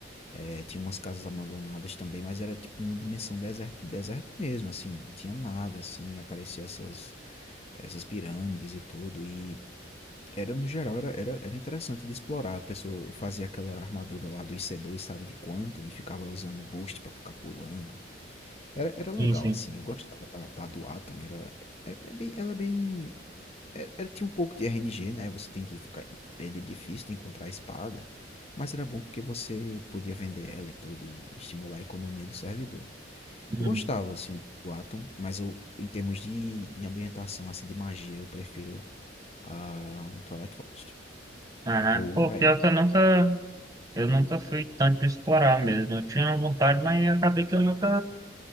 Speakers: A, on the left (about 35°); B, on the right (about 20°).
A: é, tinha umas casas abandonadas também, mas era tipo uma dimensão deserto, deserto mesmo, assim, não tinha nada, assim, aparecia essas, essas pirâmides e tudo, e era, no geral, era, era, era interessante de explorar, a pessoa eu fazia aquela armadura lá do IC2, sabe de quanto, e ficava usando o boost pra ficar pulando, era, era legal,
B: Enfim.
A: assim, eu gostava da, da do Atom, era, é, é bem, ela é bem era, era- tinha um pouco de RNG, né? Você tem que ficar. Ele é difícil de encontrar a espada. Mas era bom porque você podia vender ela e tudo e estimular a economia do servidor.
B: Hum.
A: Eu gostava, assim, do Atom, mas eu, em termos de, de ambientação, assim, de magia, eu prefiro a Twilight Forest.
B: Aham.
A: Ou
B: Pô,
A: a
B: pior
A: Eden.
B: que eu nunca, eu nunca fui tanto explorar mesmo. Eu tinha vontade, mas acabei que eu nunca